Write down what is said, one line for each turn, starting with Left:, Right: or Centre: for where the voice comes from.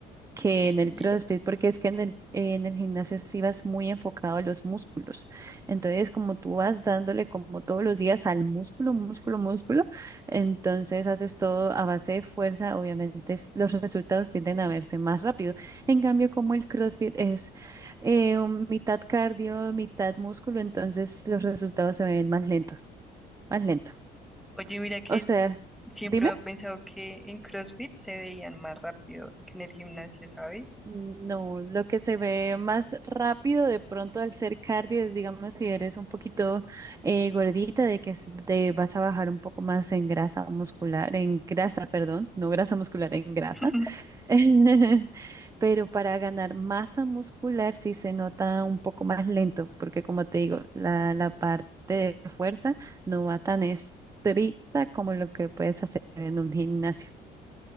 Right: que
Centre: Sí.
Right: en el CrossFit, porque es que en el, en el gimnasio sí vas muy enfocado a los músculos. Entonces, como tú vas dándole como todos los días al músculo, músculo, músculo, entonces haces todo a base de fuerza, obviamente es- los resultados tienden a verse más rápido. En cambio, como el CrossFit es eh, un mitad cardio, mitad músculo, entonces los resultados se ven más lento, más lento.
Centre: Oye, mira que
Right: O sea,
Centre: Siempre
Right: dime.
Centre: he pensado que en CrossFit se veían más rápido que en el gimnasio, ¿sabes?
Right: No, lo que se ve más rápido de pronto al ser cardio es, digamos, si eres un poquito eh, gordita, de que s- te vas a bajar un poco más en grasa muscular, en grasa, perdón, no grasa muscular, en grasa.
Centre: <laughs>
Right: <laughs> Pero para ganar masa muscular sí se nota un poco más lento, porque como te digo, la, la parte de fuerza no va tan estricta como lo que puedes hacer en un gimnasio.